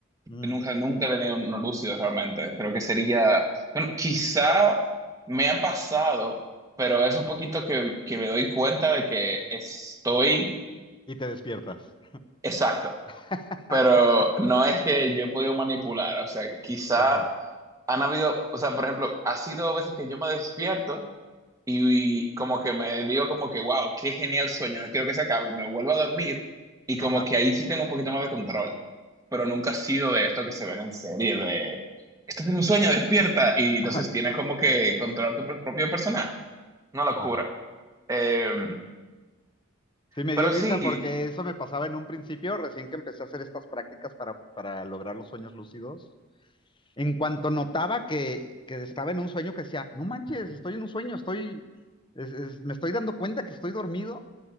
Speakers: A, on the left; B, on the right.
A: Mm,
B: Nunca, nunca he tenido unos lúcidos realmente. Creo que sería, bueno, quizá me han pasado, pero es un poquito que, que me doy cuenta de que estoy
A: Y te despiertas.
B: exacto.
A: <laughs>
B: Pero no es que yo he podido manipular. O sea, quizá
A: Ajá,
B: han habido, o sea, por ejemplo, ha sido veces que yo me despierto. Y, y como que me digo como que, wow, qué genial sueño, no quiero que se acabe. Y me vuelvo a dormir y como
A: ajá,
B: que ahí sí tengo un poquito más de control. Pero nunca ha sido de esto que se ven en serie, de, estás en un sueño, despierta. Y entonces
A: ajá,
B: tienes como que controlar tu pr- propio personaje. Una locura.
A: ajá.
B: Eh,
A: Sí, me
B: pero
A: dio risa
B: sí,
A: porque eso me pasaba en un principio, recién que empecé a hacer estas prácticas para, para lograr los sueños lúcidos. En cuanto notaba que, que estaba en un sueño, que decía, no manches, estoy en un sueño, estoy, es- es- me estoy dando cuenta que estoy dormido.